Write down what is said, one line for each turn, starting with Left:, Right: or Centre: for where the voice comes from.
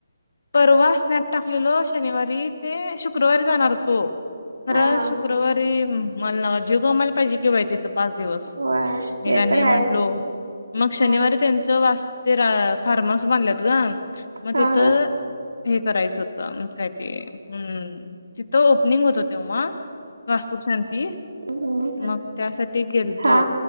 Left: परवा स्नॅप टाकलेल शनिवारी ते शुक्रवारी जाणार तो खरं
Right: हा हा
Left: शुक्रवारी मन्ह जीव गमायला पाहिजे कि बाई तिथं पाच दिवस
Right: होय
Left: मी
Right: ते
Left: काय नाही
Right: तर आहेच
Left: म्हंटलो मग शनिवारी
Right: होय
Left: त्यांच वास्त्या फार्म हाऊस बनल्यात ग मग
Right: हा
Left: तिथं
Right: हा
Left: हे करायचं होतं काय ते हम्म तिथं ओपनिंग होतं तेव्हा वास्तुशांती
Right: हम्म
Left: मग त्यासाठी गेलतो
Right: हा